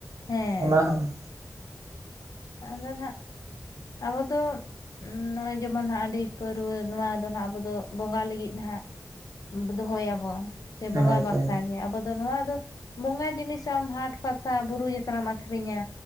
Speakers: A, on the left; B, on the right.
A: ᱦᱮᱸ᱾
B: ᱚᱱᱟ ᱦᱚᱸ᱾
A: ᱟᱫᱚ ᱱᱟᱦᱟᱜ, ᱟᱵᱚ ᱫᱚ ᱱᱚᱜᱼᱚᱭ ᱡᱮᱢᱚᱱ ᱦᱟᱸᱜ ᱟᱹᱰᱤ ᱯᱟᱹᱨᱣᱟᱹ ᱱᱚᱣᱟ ᱫᱚ ᱦᱟᱸᱜ ᱟᱵᱚ ᱫᱚ ᱵᱚᱸᱜᱟ ᱞᱟᱹᱜᱤᱫ ᱦᱟᱸᱜ, ᱫᱚᱦᱚᱭᱟᱵᱚ ᱥᱮ ᱵᱚᱸᱜᱟ
B: ᱟᱪᱪᱷᱟ
A: ᱵᱟᱠᱷᱟᱨᱟᱜᱮ ᱟᱵᱚ ᱫᱚ ᱱᱚᱣᱟ ᱫᱚ ᱵᱚᱸᱜᱟ ᱡᱤᱱᱤᱥ ᱟᱢ ᱦᱟᱴᱼᱼ ᱯᱟᱛᱟ ᱵᱩᱨᱩ ᱡᱟᱛᱨᱟᱢ ᱟᱠᱷᱨᱤᱧᱟ